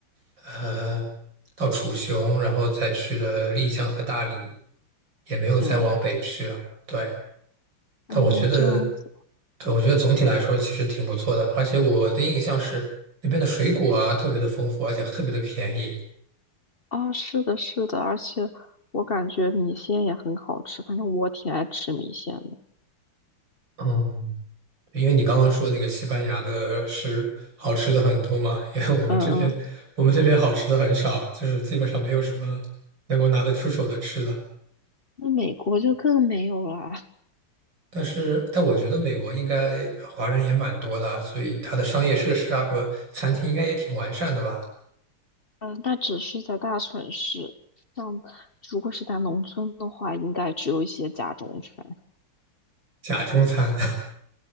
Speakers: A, on the right (about 55°); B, on the left (about 35°).
A: 呃，到楚雄，然后再去了丽江和大理，也没有再往北去了。
B: 嗯
A: 对，但我觉得，
B: 嗯，这样子
A: 对，我觉得总体来说其实挺不错的，而且我的印象是那边的水果啊特别的丰富，而且特别的便宜。
B: 啊，是的，是的，而且我感觉米线也很好吃，反正我挺爱吃米线的。
A: 嗯。因为你刚刚说那个西班牙的是好吃的很多嘛，<laughs> 因为我们这边我们这边好吃的很少，
B: 嗯嗯，
A: 就是基本上没有什么能够拿得出手的吃的。
B: 那美国就更没有啦。
A: 但是，但我觉得美国应该华人也蛮多的啊所以它的商业设施啊和餐厅应该也挺完善的吧？
B: 嗯，那只是在大城市，像如果是在农村的话，应该只有一些家中餐。
A: 假中餐